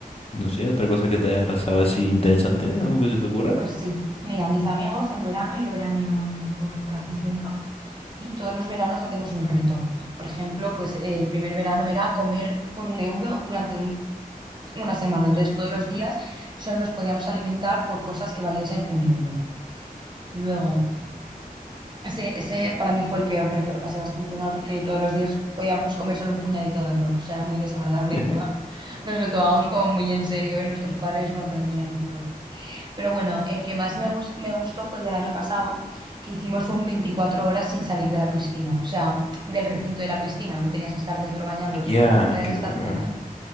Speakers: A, on the left; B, on the right.
A: no sé, otra cosa que te haya pasado así interesante, algo que se te ocurra.
B: Pues sí, mira, mis amigos en verano, yo veraneo en un pueblo por aquí cerca, y todos los veranos hacemos un reto. Por ejemplo, pues eh, el primer verano era comer por un euro durante una semana. Entonces, todos los días solo nos podíamos alimentar por cosas que valiesen un euro. Luego, ese, ese para mí fue el peor reto, lo pasé bastante mal porque todos los días podíamos comer solo un puñadito de arroz, o sea, era muy desagradable
A: <laughs>
B: encima. Nos lo tomábamos como muy en serio y nuestros padres nos reñían y todo. Pero bueno, el que más me, gus- me gustó fue el del año pasado, que hicimos un 24 horas sin salir de la piscina, o sea, del recinto de la piscina, no tenías que estar dentro bañándote,
A: Ya,
B: podías
A: qué
B: estar
A: duro.
B: fuera.
A: ¿eh?